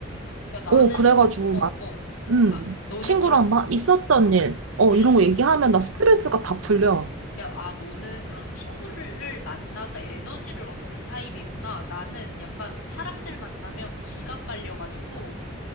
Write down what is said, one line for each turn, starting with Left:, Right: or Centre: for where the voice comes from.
Left: 야, 나는,
Right: 어, 그래가지고
Left: 어, 어.
Right: 막, 음,
Left: 아, 너는
Right: 친구랑
Left: 그럼,
Right: 막 있었던 일, 어,
Left: 음,
Right: 이런 거 얘기하면 나 스트레스가 다 풀려.
Left: 야, 아, 너는 그럼 친구를 만나서 에너지를 얻는 타입이구나. 나는 약간 사람들 만나면 기가 빨려가지고